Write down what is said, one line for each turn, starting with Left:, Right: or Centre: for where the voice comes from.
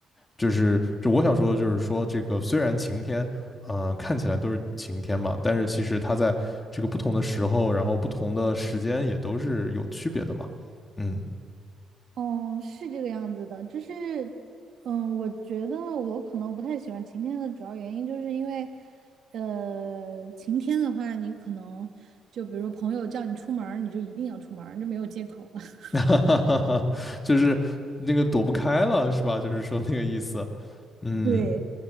Left: 就是就我想说的就是说，这个虽然晴天，呃，看起来都是晴天嘛，但是其实它在这个不同的时候，然后不同的时间也都是有区别的嘛。嗯，
Right: 嗯，是这个样子的，就是，嗯，我觉得我可能不太喜欢晴天的主要原因，就是因为，呃，晴天的话，你可能就比如说朋友叫你出门儿你就一定要出门儿就没有借口了。<laughs>
Left: <laughs> 就是那个躲不开了，是吧？就是说那个意思。嗯。
Right: 对，